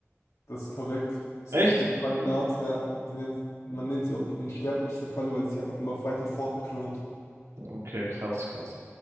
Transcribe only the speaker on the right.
Echt?
Okay, krass, krass.